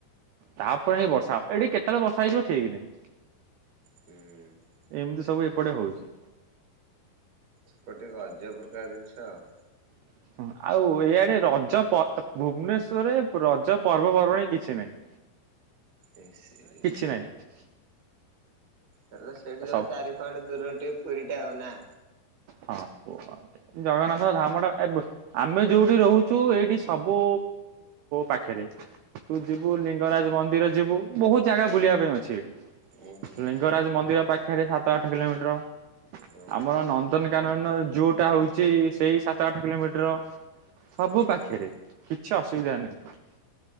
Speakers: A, on the right; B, on the right.
A: ତାପରେ ହିଁ ବର୍ଷା ଏଠି କେତେବେଳେ ବର୍ଷା ହେଇଯିବ ଠିକ ନାହିଁ।
B: ହୁଁ।
A: ଏମିତି ସବୁ ଏପଟେ ହଉଛି।
B: ସେପଟେ ଟିକେ ଅଜବ ପ୍ରକାର ଜିନିଷ ଆଉ
A: <inaudible> ହଁ ଆଉ ଓୟେରେ ରଜ ପ ଭୁବନେଶ୍ୱରରେ ରଜ ପର୍ବପର୍ବାଣୀ କିଛି ନାହିଁ। <inaudible>
B: ହେ ସିରି।
A: ନାଇଁ।
B: ହେଲେ ସେଇଠି ଜମା
A: ସବୁ
B: ଚାରି ପାଟ ଦୂରରେ ଟିକେ ପୁରୀଟା ଆଉ ନା।
A: ହଁ ପୁ ଜଗନ୍ନାଥ ଧାମ ଟା ଏ ଆମେ ଯୋଉଠି ରହୁଚୁ ଏଇଠି ସବୁ ପାଖରେ। ତୁ ଯିବୁ ଲିଙ୍ଗରାଜ ମନ୍ଦିର ଯିବୁ, ବହୁତ ଜାଗା ବୁଲିବା ପାଇଁ ଅଛି ଏଠି।
B: ଉୁଁ ହୁଁ
A: ଲିଙ୍ଗରାଜ ମନ୍ଦିର ପାଖରେ ସାତ ଆଠ କିଲୋମିଟର।
B: ହଁ
A: ଆମର ନନ୍ଦନକାନନ ଯୁ ଟା ହଉଚି ସେଇ ସାତ ଆଠ କିଲୋମିଟର। ସବୁ
B: ହୁଁ
A: ପାଖରେ କିଛି ଅସୁବିଧା ନାହିଁ।